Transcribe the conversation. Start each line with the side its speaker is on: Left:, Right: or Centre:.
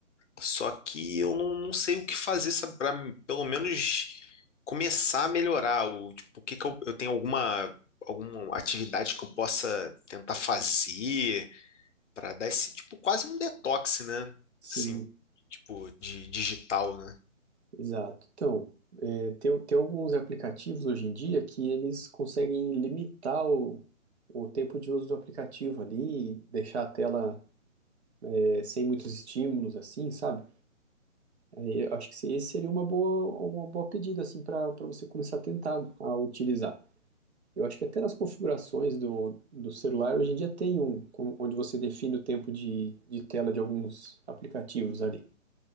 Left: Só que eu não, não sei o que fazer, sabe, para pelo menos começar a melhorar. O, tipo, o que que eu, eu tenho alguma, alguma atividade que eu possa tentar fazer? para dar esse, tipo, quase um detox, né?
Right: Sim,
Left: Assim, tipo, de digital, né?
Right: exato. Então, é, tem, tem alguns aplicativos hoje em dia que eles conseguem limitar o, o tempo de uso do aplicativo ali, deixar a tela, é, sem muitos estímulos, assim, sabe? Aí, eu acho que esse seria uma boa, uma boa pedida, assim, para para você começar a tentar a utilizar. Eu acho que até nas configurações do, do celular hoje em dia tem um, com- onde você define o tempo de, de tela de alguns aplicativos ali.